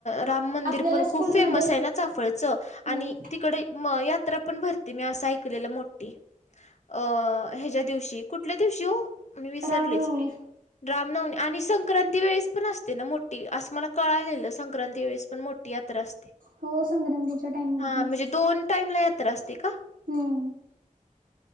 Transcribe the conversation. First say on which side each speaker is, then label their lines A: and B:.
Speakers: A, on the left; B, on the right.
A: राम मंदिर
B: आपल्याला
A: पण
B: स्कूलमध्ये
A: खूप फेमस
B: हम्म
A: ये ना चाफळचं आणि तिकडे म यात्रा पण भरती मी असं ऐकलेला मोठी अ ह्याज्या दिवशी कुठल्या दिवशी ओ मी विसरलेच
B: रामनवमी
A: रामनवनी आणि संक्रांती वेळेस पण असते ना मोठी असं मला कळालेलं संक्रांती वेळेस पण मोठ ठी यात्रा असते
B: हो संक्रांतीच्या टाइमलाच
A: हा म्हणजे
B: नसते
A: दोन टाइम ला यात्रा असते का?
B: हम्म